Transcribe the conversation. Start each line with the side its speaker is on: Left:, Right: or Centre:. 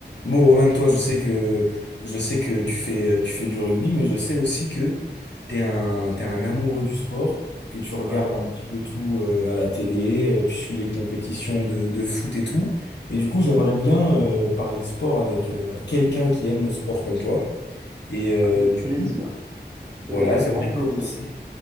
Left: Bon, Roman, toi, je sais que, je sais que tu fais, euh, tu fais du rugby, mais je sais aussi que t'es un, t'es un amoureux du sport, que tu
Right: C'est
Left: regardes
Right: vrai,
Left: un petit peu tout euh, à la télé, euh, tu suis les compétitions de, de foot et tout. Et du coup, j'aimerais bien euh, parler de sport avec euh, bah, quelqu'un qui aime le sport comme toi. Et euh,
Right: avec
Left: du
Right: plaisir.
Left: coup,
Right: C'est
Left: voilà,
Right: avec
Left: j'aimerais
Right: grand plaisir.
Left: commencer,